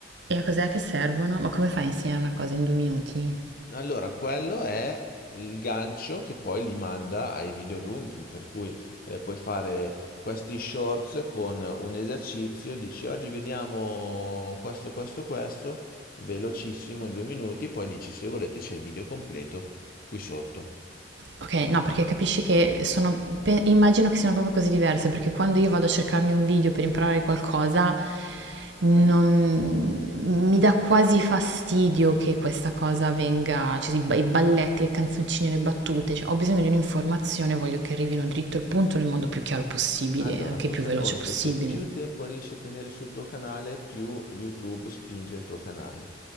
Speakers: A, on the right (about 75°); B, on the left (about 50°).
A: E a cos'è che servono? Ma come fai a insegnare una cosa in due minuti?
B: Allora, quello è il gancio che poi li manda ai video lunghi, per cui eh, puoi fare questi shorts con un esercizio, dici oggi vediamo questo, questo, questo, velocissimo in due minuti, e poi dici se volete c'è il video completo qui sotto.
A: Ok, no, perché capisci che sono, pe- immagino che siano proprio cose diverse, perché quando io vado a cercarmi un video per imparare qualcosa, non, mi dà quasi fastidio che questa cosa venga, cioè i ba- i balletti, le canzoncine, le battute, cioè, ho bisogno di un'informazione, voglio che arrivino dritto al punto nel modo più chiaro possibile,
B: Allora,
A: anche
B: tu
A: più
B: fai
A: veloce
B: conto
A: possibile.
B: che più tempo riesci a tenere sul tuo canale, più YouTube spinge il tuo canale.